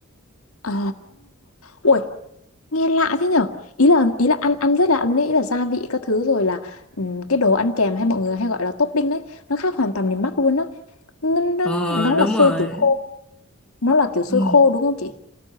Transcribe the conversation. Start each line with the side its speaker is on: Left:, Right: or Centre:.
Left: À, ui, nghe lạ thế nhở ý là ý là ăn ăn rất lạ luôn đấy ý là gia vị các thứ rồi là ừm, cái đồ ăn kèm hay mọi người hay gọi là topping đấy nó khác hoàn toàn miền Bắc luôn á nó, nó,
Centre: Ờ
Left: nó
Centre: đúng
Left: là xôi
Centre: rồi.
Left: kiểu khô nó là kiểu xôi
Centre: Ừ.
Left: khô đúng không chị